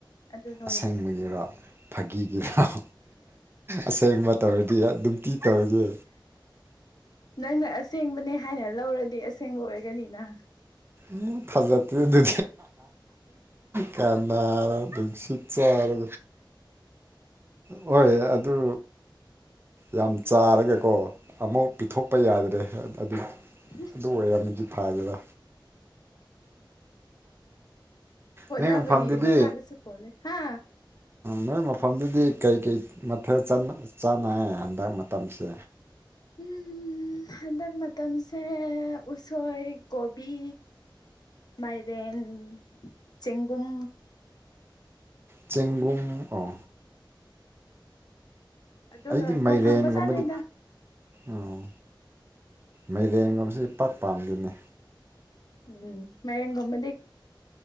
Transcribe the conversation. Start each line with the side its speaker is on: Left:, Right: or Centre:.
Left: ꯑꯗꯨ ꯅꯣꯏꯕꯅꯦ
Right: ꯑꯁꯦꯡꯕꯒꯤꯔꯣ ꯐꯥꯒꯤꯒꯤ ꯂꯥꯎ ꯑꯁꯦꯡꯕ ꯇꯧꯔꯗꯤ ꯅꯨꯡꯇꯤ ꯇꯧꯔꯗꯤ
Left: ꯅꯪꯅ ꯑꯁꯦꯡꯕꯅꯦ ꯍꯥꯏꯅ ꯂꯧꯔꯗꯤ ꯑꯁꯦꯡꯕ ꯑꯣꯏꯒꯅꯤꯅ
Right: ꯃꯨꯊꯜꯂꯦ ꯇꯗꯤ ꯀꯅꯥꯁꯤ ꯆꯔ ꯍꯣꯏ ꯑꯗꯨ ꯌꯥꯝ ꯆꯥꯔꯒꯀꯣ ꯑꯃꯨꯧ ꯄꯤꯊꯣꯛꯄ ꯌꯥꯗ꯭ꯔꯦ ꯑꯗꯨ
Left: ꯍꯝ
Right: ꯑꯗꯨ ꯑꯣꯏꯔꯝꯃꯗꯤ ꯐꯒꯦꯔ
Left: ꯍꯣꯠꯅꯕꯒꯤ
Right: ꯅꯣꯏ ꯃꯐꯝꯗꯨꯗꯤ
Left: ꯃꯈꯥꯗꯁꯨ ꯄꯣꯜꯂꯦ ꯍꯥ
Right: ꯅꯣꯏ ꯃꯐꯝꯗꯨꯗꯤ ꯀꯩꯀꯩ ꯃꯊꯦꯜ ꯆꯥꯅ ꯆꯥꯅꯩ ꯍꯟꯗꯛ ꯃꯇꯝꯁꯦ
Left: ꯎꯝ ꯎꯝ ꯍꯟꯒ ꯃ ꯇꯝꯁꯦ ꯎꯁꯣꯏ ꯀꯣꯕꯤ ꯃꯥꯏꯔꯦꯟ ꯆꯦꯡꯒꯨꯝ
Right: ꯆꯦꯡꯕꯨꯡ ꯑꯣ
Left: ꯑꯗꯨꯒ
Right: ꯑꯩꯗꯤ
Left: ꯐꯪ
Right: ꯃꯥꯏꯔꯦꯟꯒꯨꯝꯕꯗꯤ
Left: ꯐꯪꯕ ꯆꯥꯅꯩꯗ
Right: ꯑꯣꯎ ꯃꯩꯔꯦꯟꯒꯣꯝꯁꯦ ꯏꯄꯥꯠ ꯄꯥꯝꯗꯦꯅꯦ
Left: ꯎꯝ ꯃꯔꯦꯡꯒꯨꯝꯕꯗꯤ